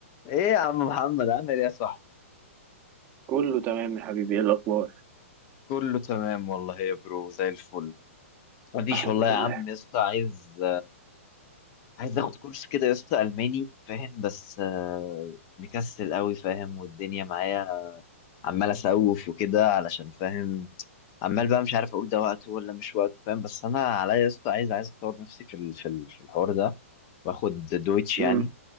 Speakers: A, on the left; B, on the right.
A: ايه يا عم محمد عامل ايه يا صاحبي
B: كله تمام يا حبيبي ايه الاخبار
A: كله تمام والله يا برو زي الفل مفيش
B: <clears throat> الحمد
A: والله يا
B: لله
A: عم يا اسطى عايز عايز اخد كورس كده يا اسطى الماني فاهم بس آه، مكسل قوي فاهم والدنيا معايا عمال اسوف وكده علشان فاهم عمال بقى مش عارف اقول ده وقته ولا مش وقته فاهم بس انا عليا يا اسطى عايز عايز اطور نفسي في ال- في ال- في الحوار ده واخد دويتش
B: امم
A: يعني